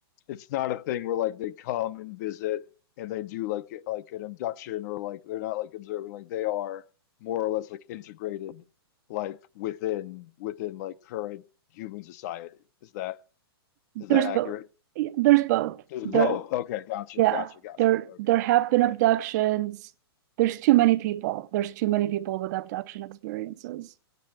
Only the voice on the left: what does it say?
it's not a thing where like they come and visit and they do like like an abduction or like they're not like observing like they are more or less like integrated like within within like current human society. Is that is
that accurate?
It's
both. Okay, gotcha,
gotcha, gotcha.
Okay,
right.